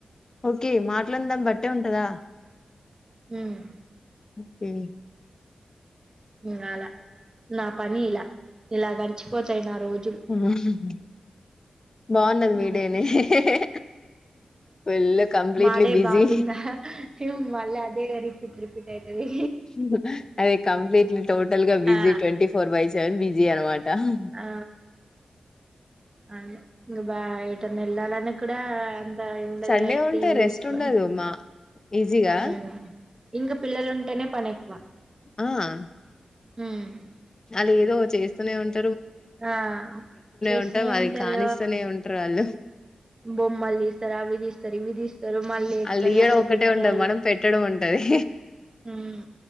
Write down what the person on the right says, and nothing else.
ఉహ్మ్
నువ్ రాళ్ళ నా పనీలా ఇలా గడిచిపోతయి నా రోజులు
ఉమ్
మా డే
బాగుందా మళ్ళీ అదే రిపీట్ రిపీట్ అయితది
ఆ
ఆ అదే ఇంకా బా ఏటనా వెళ్లాలన్న కూడా. ఉండదిగా
టీవీ
చూసుకొని.
ఆహ్ ఇంకా పిల్లలు టేనే పనేక్కువా.
ఉహ్మ్
ఆ చేస్తునే
ఉంటారు.
బొమ్మలు తీస్తారు. అవి తీస్తారు. ఇవి తీస్తారు మళ్ళీ ఎక్కడ
అక్కడ
పెట్టరు.
ఉహ్మ్